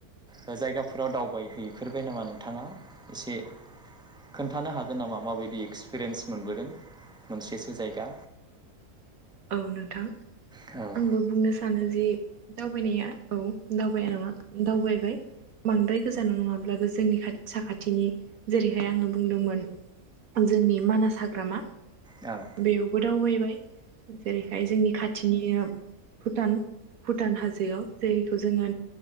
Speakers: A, in the centre; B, on the right.
A: ओ जायगाफोराव दावबायहैफेरबाय नामा नोंथाङा एसे खोन्थानो हागोन नामा माबायदि एक्सपिरियेन्स मोनबोदों मोनसेसो जायगा
B: <inaudible> औ नोंथां
A: औ औ
B: आंबो बुंनो सानो जि दावबायनाया औ दावबाया नङा दावबायबाय बांद्राय गोजानाव नङाब्लाबो जोंनि खाथि साखाथिनि जेरैहाय आङो बुंदोंमोन जोंनि मानास हाग्रामा
A: औ
B: बेयावबो दावबायबाय जेरैहाय जोंनि खाथिनि भुटान भुटान हाजोआव जैखौ जोङो